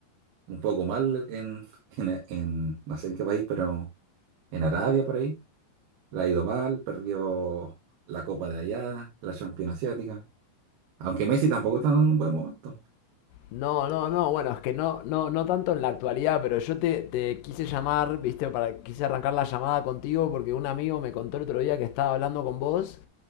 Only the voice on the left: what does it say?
No, no, no, bueno, es que no, no, no tanto en la actualidad, pero yo te, te quise llamar, viste, para, quise arrancar la llamada contigo porque un amigo me contó el otro día que estaba hablando con vos